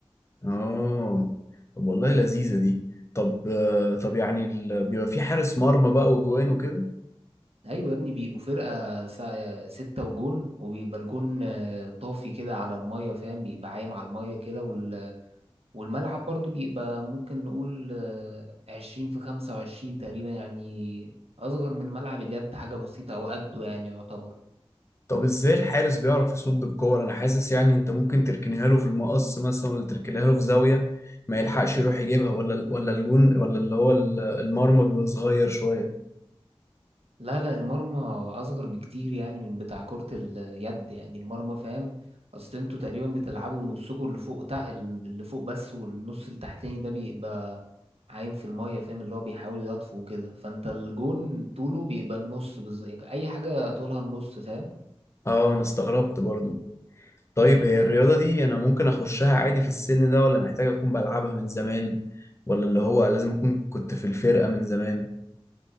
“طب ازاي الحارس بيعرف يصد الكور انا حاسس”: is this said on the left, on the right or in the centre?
Left